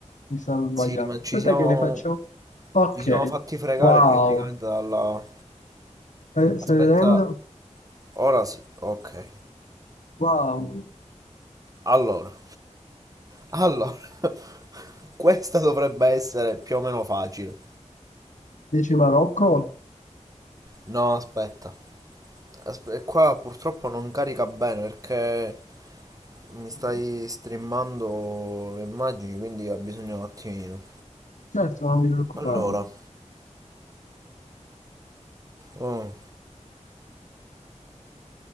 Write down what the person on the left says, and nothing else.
mi stanno sbagliando.
Aspetta
che ne faccio. Ok,
wow.
Eh,
stai vedendo?
Wow.
Dici Marocco?
Mhm.
Certo, non ti preoccupare.